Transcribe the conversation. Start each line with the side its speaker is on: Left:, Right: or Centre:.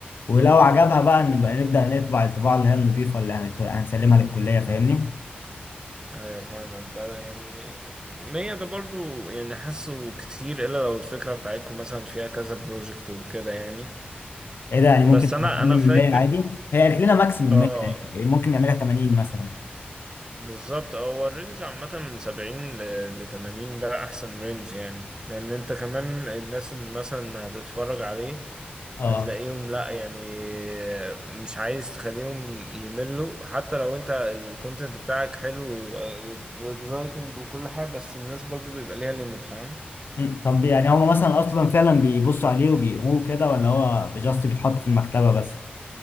Left: ولو عجبها بقى نبقى نبدأ نطبع الطباعة اللي هي النضيفة اللي هنت- هنسلمها للكلية فاهمني؟
Right: ايوه فاهمك بقى يعني 100 ده برضو يعني حاسه كتير الا لو الفكرة بتاعتكم مثلا فيها كذا بروجكت وكده يعني
Left: إيه ده يعني ممكن
Right: بس انا
Left: تبقى أقل
Right: انا
Left: من
Right: فاكر
Left: 100 عادي هي قالت لنا ماكسيمم
Right: اه
Left: 100 يعني ممكن نعملها 80 مثلا
Right: بالظبط آه، هو الرينج عامة من سبعين لتمانين ده أحسن رينج يعني لأن أنت كمان الناس اللي مثلا هتتفرج عليه
Left: أه
Right: هتلاقيهم لأ يعني مش عايز تخليهم يملوا حتى لو أنت الكونتنت بتاعك حلو وإكزايتنج وكل حاجة بس الناس برضو بيبقى ليها ليميت فاهم
Left: مم. طب يعني هما مثلا أصلا فعلا بيبصوا عليه وبيقروه كده ولا هو جاست بيتحط في المكتبة بس؟